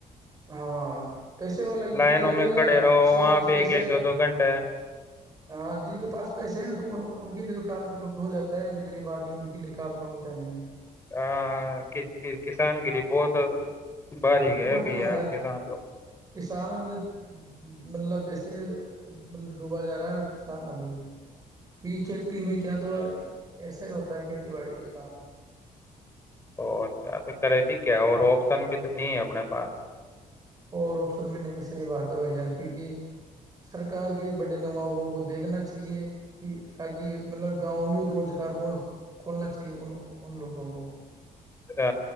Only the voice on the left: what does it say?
لائنوں
میں
کھڑے
رہو
وہاں
پہ
ایک ایک دو دو گھنٹے
ہاں کسان گری بہت باریک ہے
بھیا
کسان لوگ
اور کیا پ کرے بھیی کیا اور آپشن بھی تو نہیں ہے اپنے پاس
ہ